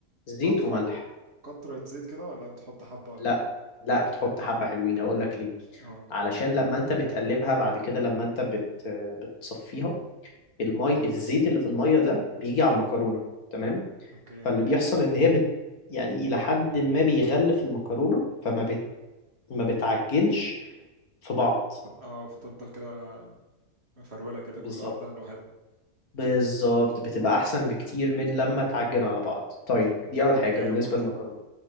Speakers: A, on the left (about 80°); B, on the right (about 45°).
A: زيت
B: قطره
A: وملح
B: قطره زيت كده ولا بتحط حبه ولا
A: لا
B: ايه
A: لا بتحط حبة حلوين هقول لك ليه
B: اه
A: علشان لما انت بتقلبها بعد كده لما انت بت بتصفيها المي الزيت اللي في المية ده بيجي على المكرونة تمام
B: اوكي
A: فاللي بيحصل ان هي بت يعني الى حد ما بيغلف المكرونة فما بت ما بتعجنش في بعض
B: فت- اه فتفضل كده مفروله كده
A: بالظبط
B: كل واحده لوحدها
A: بالظبط بتبقى احسن بكتير من لما تعجن على بعض طيب
B: تريك
A: دي اول
B: تركايه
A: حاجه بالنسبه
B: مود دي
A: للمكرونه